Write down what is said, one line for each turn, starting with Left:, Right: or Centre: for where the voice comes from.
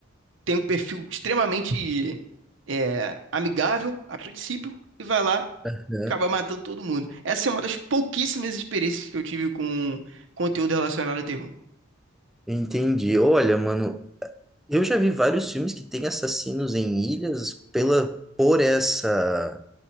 Right: tem um perfil extremamente é, amigável a princípio e vai lá
Centre: Aham.
Right: acaba matando todo mundo. Essa é uma das pouquíssimas experiências que eu tive com conteúdo relacionado a terror.
Centre: Entendi. Olha, mano, eu já vi vários filmes que tem assassinos em ilhas pela, por essa.